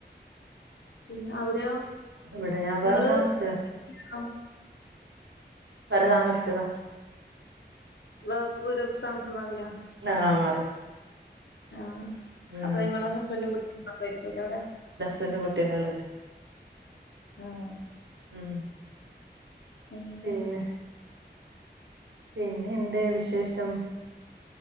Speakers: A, on the left; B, on the right.
A: പിന്നെ അവിടെയോ
B: ഇവിടെ ഞാൻ
A: നിങ്ങള്ണോ
B: വേറെ താമസിച്ചതാ
A: <unintelligible>
B: വരതാമസ്ത.
A: <unintelligible>
B: ആഹ മാറി.
A: ആഹാ
B: ഉം
A: അപ്പോ നിങ്ങള് ഹസ്ബൻഡും കുട്ടികും മാത്രമായിരിക്കല്ലോ അവിടെ?
B: രണ്ട് കുട്ടിയൽ ഉള്ളത്.
A: ആഹ.
B: ഉം.
A: ഉം <inaudible>
B: പിന്നെ പിന്നെ എന്ത് വിശേഷം?